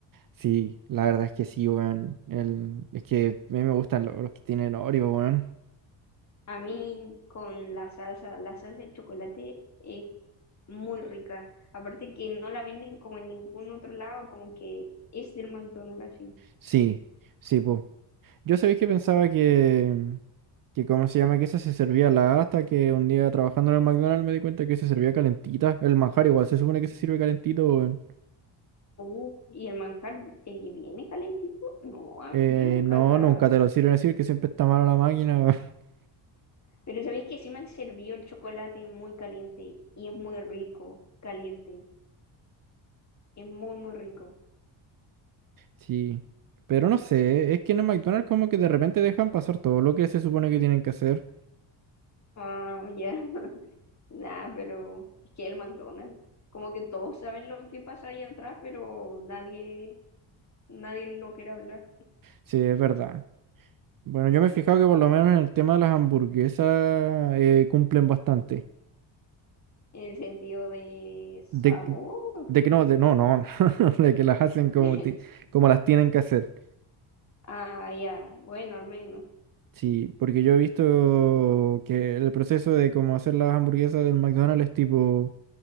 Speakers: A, on the right; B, on the left.
A: Sí, la verdad es que sí, weón. El, es que a mí me gustan los, los que tienen Oreo, weón.
B: A mí con la salsa, la salsa de chocolate es muy rica. Aparte que no la venden como en ningún otro lado, como que es del McDonald's así.
A: Sí, sí, pues. Yo sabéis que pensaba que, mm, que, ¿cómo se llama? Que esa se servía la hasta que un día trabajando en el McDonald's me di cuenta que se servía calentita. El manjar igual, se supone que se sirve calentito, weón.
B: Uh, y el manjar eh, viene calentito. No, ah,
A: Eh,
B: yo nunca
A: no,
B: la...
A: nunca te lo sirven así, que siempre está mala la máquina, weón. <laughs>
B: Pero sabéis que sí me han servido el chocolate muy caliente y es muy rico, caliente. Es muy, muy rico.
A: Sí. Pero no sé, es que en el McDonald's como que de repente dejan pasar todo lo que se supone que tienen que hacer.
B: Ah, ya. <laughs> Nah, pero es que el McDonald's, como que todos saben lo que pasa ahí atrás, pero nadie, nadie lo quiere hablar.
A: Sí, es verdad. Bueno, yo me he fijado que por lo menos en el tema de las hamburguesas eh, cumplen bastante.
B: En el sentido de sabor,
A: de,
B: o
A: de
B: qué?
A: que no, de no, no, <laughs> de que las hacen como,
B: <laughs>
A: ti- como las tienen que hacer.
B: Ah, ya, Bueno, al menos.
A: Sí, porque yo he visto que el proceso de cómo hacer las hamburguesas del McDonald's es tipo,